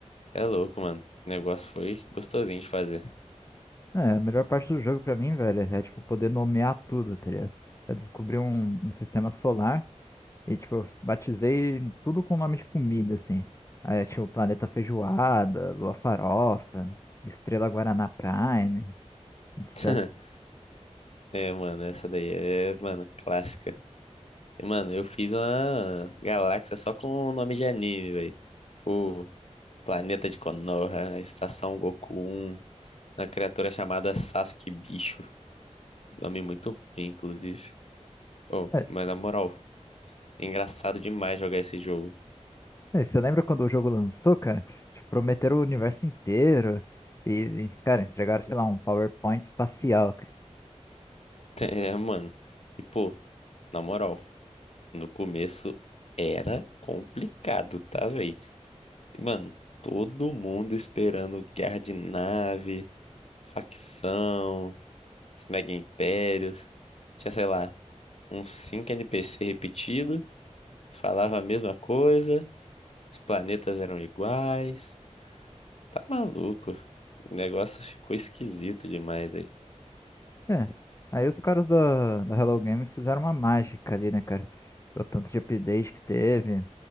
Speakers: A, on the left; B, on the left.
A: É louco, mano. O negócio foi gostosinho de fazer.
B: É, a melhor parte do jogo pra mim, velho, é tipo poder nomear tudo, tá ligado? Eu descobri um, um sistema solar e tipo, eu batizei tudo com nome de comida, assim. Aí tinha o planeta feijoada, lua farofa, estrela Guaraná Prime, etc.
A: <laughs> É, mano, essa daí é, mano, clássica. E, mano, eu fiz uma galáxia só com o nome de anime, velho. Tipo, Planeta de Konoha, Estação Goku 1, uma criatura chamada Sasuke Bicho. Nome muito ruim, inclusive. Oh,
B: É,
A: mas na moral, é engraçado demais jogar esse jogo.
B: é, você lembra quando o jogo lançou, cara? Tipo, prometeram o universo inteiro e, e, cara, entregaram, sei lá, um PowerPoint espacial,
A: <laughs> É, mano. E, pô, na moral, no começo era complicado, tá, velho? Mano, todo mundo esperando guerra de nave. facção, os mega impérios. Tinha, sei lá, uns 5 NPC repetidos, falava a mesma coisa, os planetas eram iguais. Tá maluco. O negócio ficou esquisito demais aí.
B: É. Aí os caras da, da Hello Games fizeram uma mágica ali, né, cara? O tanto de update que teve.